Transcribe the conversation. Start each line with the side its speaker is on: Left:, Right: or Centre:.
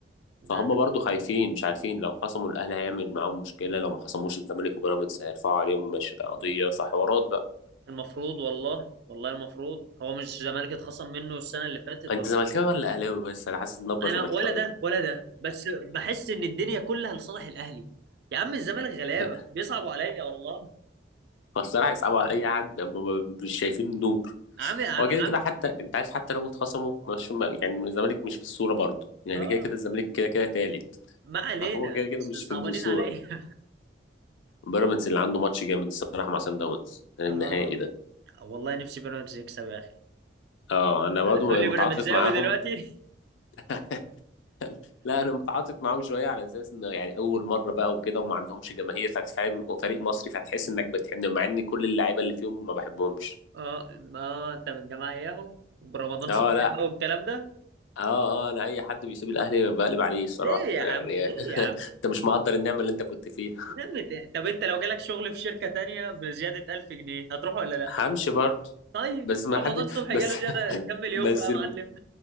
Right: ده
Left: فهم برضو خايفين مش عارفين لو خصموا الاهلي هيعمل معاهم مشكله لو ما خصموش الزمالك وبيراميدز هيرفعوا عليهم مش قضيه فحوارات بقى
Right: المفروض والله والله المفروض هو مش الزمالك اتخصم منه السنه اللي فاتت
Left: انت
Right: ولا
Left: زملكاوي
Right: لا؟
Left: ولا اهلاوي بس انا حاسس النبره زملكاويه
Right: انا ولا ده ولا ده بس بحس ان الدنيا كلها لصالح الاهلي يا عم الزمالك غلابه
Left: <laughs>
Right: بيصعبوا عليا والله
Left: فالصراحه يصعبوا على اي حد هم ب- مش شايفين النور
Right: عم عم
Left: هو كده كده
Right: عم
Left: حتى انت عارف حتى لو اتخصموا مش ما- يعني الزمالك مش في الصوره برضو يعني
Right: اه
Left: كده كده الزمالك كده كده تالت
Right: ما علينا
Left: فهو كده كده
Right: بس
Left: مش في
Right: صعبانين
Left: الصوره
Right: عليا
Left: بيراميدز اللي عنده ماتش جامد الصراحه مع سان داونز النهائي
Right: اه
Left: ده
Right: والله نفسي بيراميدز يكسب يا اخي
Left: اه انا برضو
Right: هتقول لي
Left: متعاطف
Right: بيراميدزاوي
Left: معاهم
Right: دلوقتي
Left: <laughs> لا انا متعاطف معاهم شويه على اساس انه يعني اول مره بقى وكده وما عندهمش جماهير فتفهم وفريق مصري فتحس انك بتحن مع ان كل اللعيبه اللي فيهم ما بحبهمش
Right: اه ما انت من الجماعه اياهم برمضان
Left: اه
Right: صبحي
Left: لا
Right: بقى والكلام ده
Left: اه اه انا اي حد بيسيب الاهلي بقلب عليه الصراحه
Right: ليه يا عم
Left: يعني
Right: ليه يا عم
Left: <laughs> انت مش مقدر النعمه اللي انت كنت فيها
Right: نمت طب انت لو جالك شغل في شركه تانية بزياده 1000 جنيه هتروح
Left: <laughs>
Right: ولا لا
Left: همشي برضه
Right: طيب
Left: بس ما
Right: رمضان
Left: حد
Right: صبحي
Left: بس
Right: جاله زياده كم
Left: <laughs>
Right: مليون
Left: بس
Right: بقى يا
Left: الم-
Right: معلم